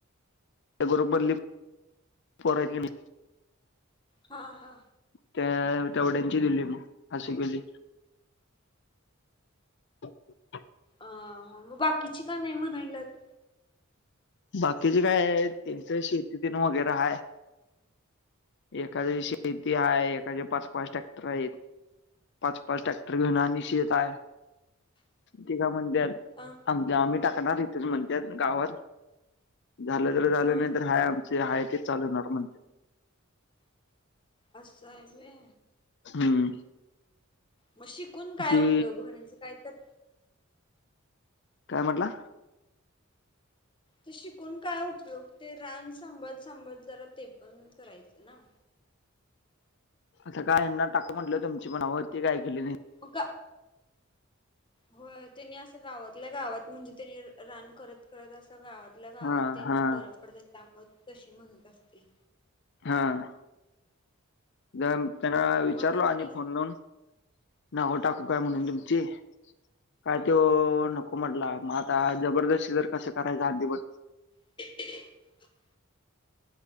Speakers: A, on the left (about 55°); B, on the left (about 25°).
A: त्या ग्रूप मधली पोरांनी मी
B: हा हा
A: त्या तेवड्यांची दिली मग हासी गीली <unintelligible>
B: अं हा मग बाकीची का नाही म्हणायला त
A: बाकीची काय आहे त्यांचं शेतीतीन वगैरे हाय एखादे शेती आहे एखादे पाच पाच ट्रॅक्टर आहेत. पाच पाच टॅक्टर घेवून आणि शेत आहे ते काय म्हणत्याल
B: अं
A: आमच्या आम्ही टाकणार इथचं म्हणत्यात गावावर झालं तर झालं
B: हा.
A: नाही तर हाय आमचे हाय तेच चालवनार म्हण
B: असं हाय व्हय
A: हम्म
B: मग शिकून काय
A: ते
B: उपयोग होण्याच काय तर
A: काय म्हंटला
B: त शिकून काय उपयोग ते रान सांभळत सांभळत जरा ते पण करायच ना
A: आता काय यांना टाक म्हटलं तुमची मनावर ते काय गेले नाही.
B: उगा हो त्यांनी असं गावातल्या गावात म्हणजे त्यांनी रान करत, करत असं गावातल्या गावात
A: हा
B: त्यांना
A: हा
B: बर पडत त्यामुळं तशी म्हणत असते
A: हां जम त्यांला
B: हम्म
A: विचारल
B: मग पक्की
A: आणि फोन लावून नाव टाकू का म्हणून
B: हम्म
A: तुमचे काय त्यो नको म्हटला मग आता जबरदस्ती जर कसं करायच आठं दिवस
B: <unintelligible>